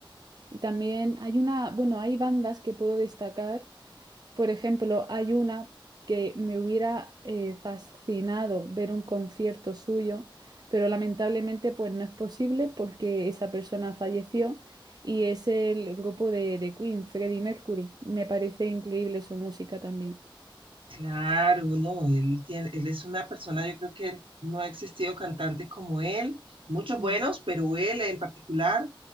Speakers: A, on the right; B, on the right.
A: Y también hay una, bueno, hay bandas que puedo destacar Por ejemplo, hay una que me hubiera eh, fascinado ver un concierto suyo, pero lamentablemente pues no es posible porque esa persona falleció y es el grupo de, de Queen, Freddie Mercury. Me parece increíble su música también.
B: Claro, no, él tiene, él es una persona, yo creo que no ha existido cantante como él, muchos
A: Mm.
B: buenos, pero él en particular,